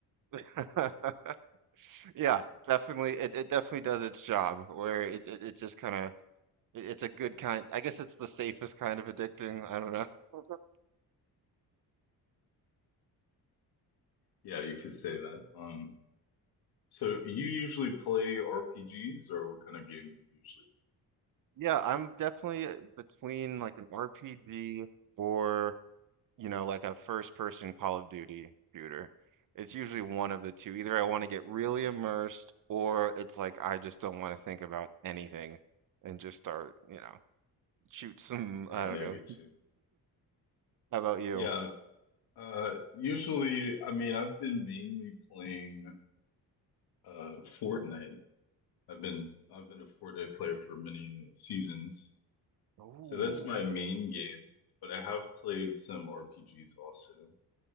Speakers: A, on the right; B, on the left.
A: <laughs> Yeah, definitely it, it definitely does its job where it it, it just kind of it, it's a good kind I guess it's the safest kind of addicting. I don't know. <laughs>
B: Yeah, you could say that. Um, so you usually play RPGs or what kind of games do you usually
A: Yeah, I'm definitely uh, between like an RPG or you know, like a first person Call of Duty shooter. It's usually one of the two. Either I want to get really immersed or it's like I just don't want to think about anything and just start, you know, shoot some,
B: play?
A: <laughs> I
B: Right,
A: don't
B: I
A: know.
B: get you.
A: How about you?
B: Yeah. Uh, usually, I mean, I've been mainly playing uh Fortnite. I've been I've been a Fortnite player for many seasons.
A: Ooh.
B: So that's my main game, but I have played some RPGs also.